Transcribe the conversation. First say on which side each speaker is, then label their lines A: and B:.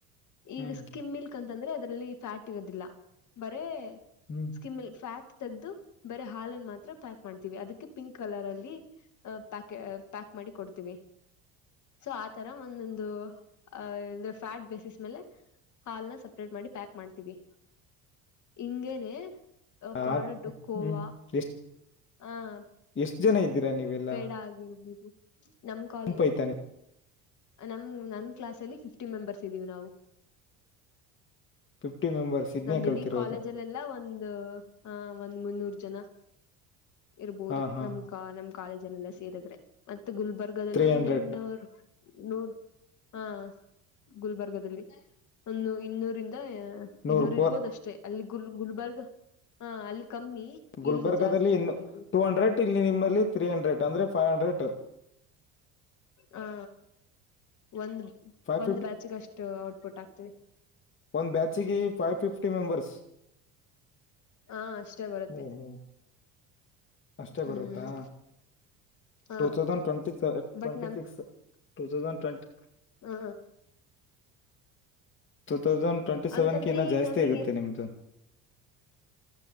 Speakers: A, on the left; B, on the left.
A: ಈಗ
B: ಹ್ಮ್
A: ಸ್ಕಿಮ್ ಮಿಲ್ಕ್ ಅಂತಂದ್ರೆ ಅದರಲ್ಲಿ ಫ್ಯಾಟ್ ಇರೋದಿಲ್ಲ ಬರೇ
B: ಹ್ಮ್
A: ಸ್ಕಿಮ್ಮಲ್ ಫ್ಯಾಟ್ ತ ಬರೆ ಹಾಲ ಮಾತ್ರ ಪ್ಯಾಕ್ ಮಾಡ್ವಿ ಅದಕ್ಕೆ ಪಿಂಕ್ ಕಲರ್ ಅಲ್ಲಿ ಪ್ಯಾ ಪ್ಯಾಕ್ ಮಾಡಿ ಕೊಡ್ತೀವಿ
B: <unintelligible>
A: ಸೊ ಆತರ ಒಂದೊಂದು ಅಂದ್ರೆ ಫ್ಯಾಟ್ ಬೇಸಿಸ್ ಮೇಲೆ ಹಾಲ್ನ ಸಪ್ರೇಟ್ ಮಾಡಿ ಪ್ಯಾಕ್ ಮಾಡ್ತೀವಿ ಹಂಗೇನೆ
B: ಆ
A: ಪಾಡಕ್ು ಕೋವಾ
B: ಹ್ಮ್ ಎಷ್ಟ್
A: ಹ
B: ಎಷ್ಟ್ ಜನ ಇದ್ದೀರಾ ನೀವೆಲ್ಲ
A: ಬೇಡ ಆಗಿರ್ಬದು ನಮ್ ಕಲ್
B: ಗುಂಪು ಐತಾನೆ
A: ನಮ ನನ್ ಕ್ಲಾಸ್ ಅಲ್ಲಿ ಫಿಫ್ಟಿ ಮೆಂಬರ್ಸ್ ಇದ್ದೀವಿ ನಾವು
B: ಫಿಫ್ಟಿ ಮೆಂಬರ್ಸ್ ಇದ್ನೇ
A: ನಮ್ದಿಡೀ
B: ಕಲ್ತಿರೋದು
A: ಕಾಲೇಜಲ್ಲೆಲ್ಲ ಒಂದು ಹ ಒಂದ್ ಮುನ್ನೂರು ಜನ ಇರ್ಬೋದು
B: ಹಾ ಹಾ
A: ನಮ್ ಕ ನಮ್ ಕಾಲೇಜಲ್ಲೆಲ್ಲ ಸೇರಿದ್ರೆ ಮತ್ತೆ ಮ ಗುಲ್ಬರ್ಗ್ ಅದೆಲ್ಲ
B: ತ್ರೀ
A: ಒಂದ್
B: ಹಂಡ್ರೆಡ್
A: ಇನ್ನ ಅವ್ರು ನೂರ್ ಹಾ ಗುಲ್ಬರ್ಗದಲ್ಲಿ ಒಂದು ಇನ್ನೂರಿ ಇ
B: ನೂರ್
A: ಇನ್ನೂರು
B: ಫೋರ್
A: ಇರ್ಬೋದ ಅಷ್ಟೇ ಅಲ್ಲಿ ಗುಲ್ ಗುಲ್ಬರ್ಗ ಹ ಅಲ್ಲಿ ಕಮ್ಮಿ
B: ಗುಲ್ಬರ್ಗದಲ್ಲಿ
A: ಇಲ್ಲಿ ಜಾಸ್ತಿ
B: ಇನ್ನು
A: ಜನ ಇದೀವಿ
B: ಟೂ ಹಂಡ್ರೆಡ್ ಇಲ್ಲಿ ನಿಮ್ಮಲ್ಲಿ ತ್ರೀ ಹಂಡ್ರೆಡ್ ಅಂದ್ರೆ ಫೈವ್ ಹಂಡ್ರೆಡ್
A: ಹಾ ಒಂದ್
B: ಫೈವ್
A: ಒಂದ್ ಬ್ಯಾಚಿಗೆ ಅಷ್ಟು ಔಟ್ಪುಟ್ ಆಗ್ತವಿ
B: ಒಂದು್ ಬ್ಯಾಚಿಗೆ ಫೈವ್ ಫಿಫ್ಟಿ ಮೆಂಬರ್ಸ್
A: ಹಾ ಅಷ್ಟೇ ಬರುತ್ತೆ
B: ಹ್ಮ ಹ್ಮ ಅಷ್ಟೇ
A: ಹ್ಮ್
B: ಬರುತ್ತಾ
A: ಹ
B: ಟೂ ತೌಸ ಟ್ಟ
A: ಬಟ್
B: ಟ್ವೆಂಟಿ ಸಿಕ್ಸ್ ಟ ತೌಟ್
A: ಹಾ
B: ಟೂ ತೌಸಂಡ್ ಟ್ವೆಂಟಿ ಸೆವೆನ್ಗೆ
A: ಅಂತಂದ್ರೆ
B: ಇನ್ನ
A: ಈಗ
B: ಜಾಸ್ತಿ
A: ನಮಗೆ
B: ಆಗುತ್ತೆ ನಿಮ್ದು